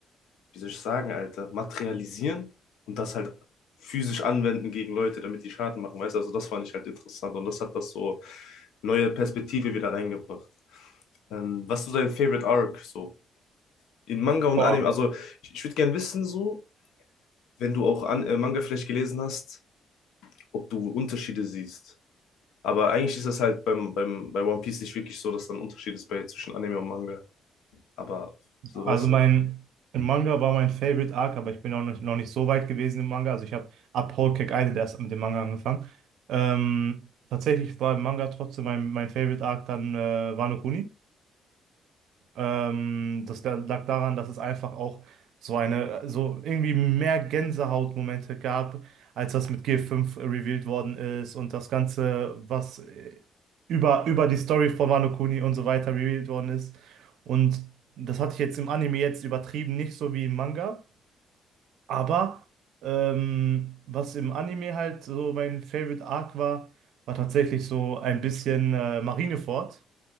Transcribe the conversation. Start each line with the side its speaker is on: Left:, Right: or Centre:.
Left: wie soll ich sagen, Alter, materialisieren und das halt physisch anwenden gegen Leute, damit die Schaden machen, weißt du? Also, das fand ich halt interessant und das hat das so neue Perspektive wieder reingebracht. Ähm, was ist so dein Favorite Arc so? In Manga und
Right: boah.
Left: Anime, also ich, ich würde gerne wissen, so, wenn du auch an, äh, Manga vielleicht gelesen hast, ob du Unterschiede siehst. Aber eigentlich ist das halt beim, beim, bei One Piece nicht wirklich so, dass da ein Unterschied ist bei, zwischen Anime und Manga. Aber so
Right: Also
Left: weißt du,
Right: mein, im Manga war mein Favorite Arc, aber ich bin auch noch, noch nicht so weit gewesen im Manga. Also ich habe ab Whole Cake Island erst mit dem Manga angefangen. Ähm, tatsächlich war im Manga trotzdem mein, mein Favorite Arc dann äh, Wano Kuni. Ähm, das da- lag daran, dass es einfach auch so eine, so irgendwie mehr Gänsehautmomente gab, als das mit G5 revealed worden ist und das Ganze, was äh, über, über die Story von Wano Kuni und so weiter revealed worden ist. Und das hatte ich jetzt im Anime jetzt übertrieben, nicht so wie im Manga, aber ähm, was im Anime halt so mein Favorite Arc war, war tatsächlich so ein bisschen äh, Marineford